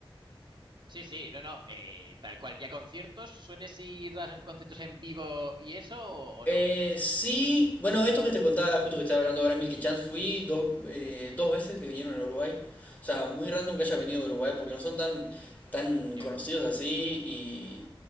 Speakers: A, on the right; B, on the left.
A: Sí, sí, no, no, eh, tal cual. ¿Y a conciertos? ¿Sueles ir a conciertos en vivo y eso o, o
B: Eh,
A: no?
B: sí, bueno, esto que te contaba, justo que estaba hablando ahora, Milky Chance, fui dos, eh, dos veces que vinieron a Uruguay. O sea, muy random que haya venido a Uruguay porque no son tan, tan
A: Ya.
B: conocidos así. Y,